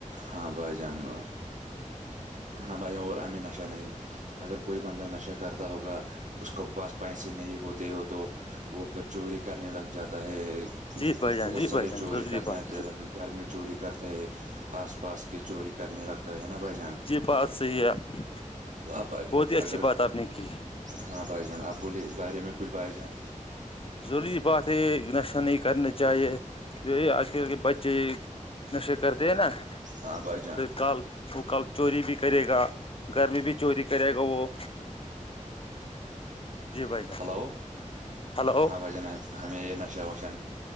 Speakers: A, on the right; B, on the left.
A: ہاں بھائی جاان ہاں بھائی جا اور امی نشا نہیں اگر کوئی بندہ نشہ کرتا ہوگا اس کو پاعس پیسے نہیں ہوتے ہو تو وہ پھر چوری کرنے لگ جاتا ہے
B: جی بھائی جان
A: بہت
B: جی
A: سارے
B: بھائی جان
A: چوری
B: ضروری
A: کرنے
B: بات
A: آتے
B: ہے
A: ل گھر میں <inaudible> چوری کرتا ہے آس پاس کے چوری کرنے لگتا ہے نا بھائی جان
B: جی بات صحیح ہے
A: ہاں بھائی جان
B: بہت ہی اچھی
A: اگر
B: بات آپ نے کی
A: ہاں بائی جان ابوللیے بارے میں کچھ بائی جان
B: ضروری بات ہے نشہ نہیں کرنا چاہیے کی اج کل کے بچے نشے کرتے ہیں نا
A: ہاں بائی جان
B: پھر کل وہ کل چوری بھی کرے گا گھر میں بھی چوری کرے گا وہ جی بھائی جان
A: ہلو
B: ہلو
A: ہاں بھجان ہمیں یہ نشہ وش